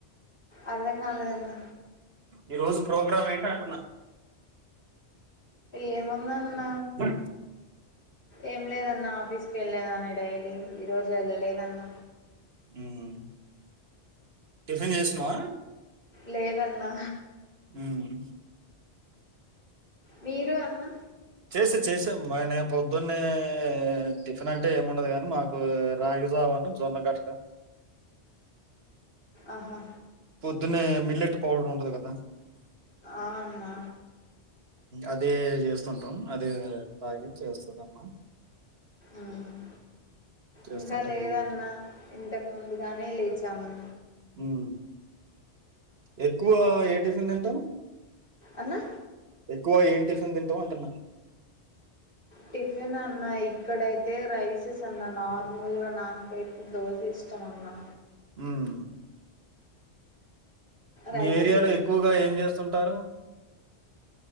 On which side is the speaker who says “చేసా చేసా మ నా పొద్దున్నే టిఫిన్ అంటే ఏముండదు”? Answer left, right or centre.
Right